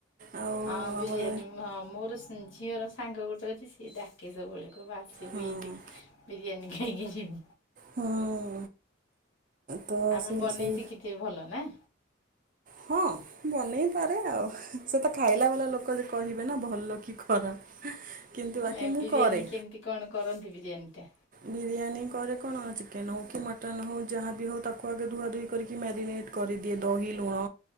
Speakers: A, on the right; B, on the left.
A: ଆଉ
B: ହଁ ବିରିୟାନୀ
A: ଆମର
B: ହଁ ମୋର ଝିଅର ସାଙ୍ଗ ଗୋଟେ ଅଛି ସିଏ ଡାକେ ସବୁବେଳେ। କ ବା ସେ
A: ହଁ।
B: ବି ଦେଖ ବିରିୟାନୀ ଖାଇକି ଯିବ।
A: ହଁ ତ
B: ଆପଣ
A: ସେ
B: ବନେଇ
A: ସେଇ
B: ଶିଖିଥିବେ ଭଲ ନା?
A: ହଁ ବନେଇପାରେ ଆଉ ସେ ତ ଖାଇଲା ବାଲା ଲୋକ ଯେ କହିବେ ନା ଭଲ କି ଖରାପ କିନ୍ତୁ ବାକି
B: ନାଇଁ
A: ମୁଁ
B: ବିରିୟାନୀ
A: କରେ।
B: କେମିତି କଣ କରନ୍ତି? ବିରିୟାନୀ ଟା।
A: ବିରିୟାନୀ କରେ କଣ ଚିକେନ ହଉ କି ମଟନ୍ ହଉ ଯାହାବି ହଉ ତାକୁ ଆଗେ ଧୁଆଧୁହି କରିକି ମ୍ୟାରିନେଟ୍ କରିଦିଏ ଦହି ଲୁଣ